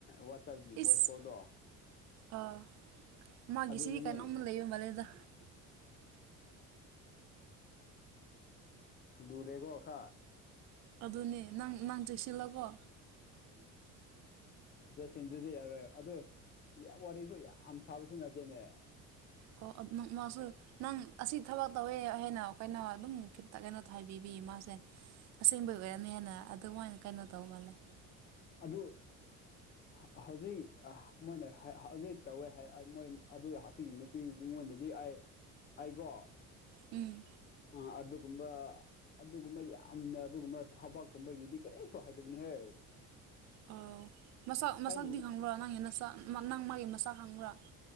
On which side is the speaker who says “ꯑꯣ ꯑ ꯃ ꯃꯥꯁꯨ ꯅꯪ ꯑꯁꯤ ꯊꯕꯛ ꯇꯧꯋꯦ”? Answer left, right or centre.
Right